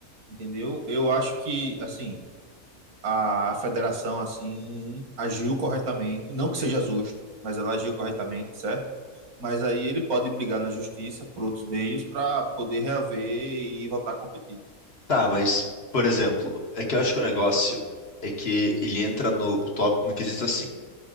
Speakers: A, on the right; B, on the left.
A: entendeu? Eu acho que, assim, a federação assim agiu corretamente, não que seja justo, mas ela agiu corretamente, certo? Mas aí ele pode brigar na justiça por outros meios para poder reaver e voltar a competir.
B: tá, mas por exemplo, é que eu acho que o negócio é que ele entra no top no quesito assim.